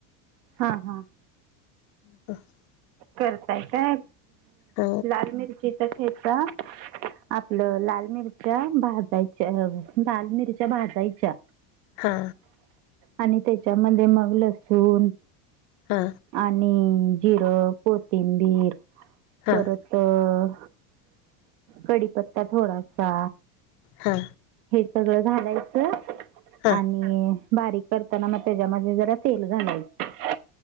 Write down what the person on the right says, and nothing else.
हा हा.
करताय काय?
लाल मिरचीचा ठेचा, आपलं लाल मिरची च्या भाजायच्या लाल मिरच्या भाजायच्या
आणि त्याच्यामध्ये मग लसूण
आणि जिरं‌ कोथिंबीर
परत अ कडी पत्ता थोडासा,
हे सगळं घालायचं.
आणि बारीक करताना मग, त्याच्यामध्ये जरा तेल घालायचं.